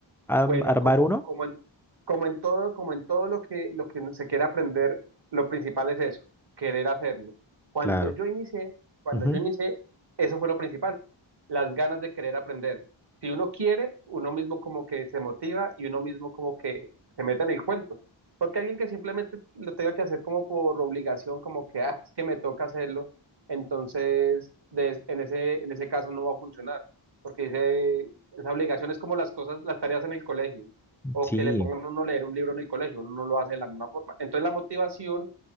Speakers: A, in the centre; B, on the right.
A: a
B: Bueno,
A: arm- armar
B: como,
A: uno?
B: como en, como en todo, como en todo lo que, lo que se quiere aprender, lo principal es eso, querer hacerlo. Cuando
A: Claro.
B: yo inicié, cuando
A: Ujú.
B: yo inicié, eso fue lo principal, las ganas de querer aprender. Si uno quiere, uno mismo como que se motiva y uno mismo como que se mete en el cuento. Porque alguien que simplemente lo tenga que hacer como por obligación, como que, ah, es que me toca hacerlo, entonces de- en ese, en ese caso no va a funcionar. Porque dice, esa obligación es como las cosas, las tareas en el colegio, o
A: Sí,
B: que le pongan a uno a leer un libro en el colegio, uno no lo hace de la misma forma. Entonces la motivación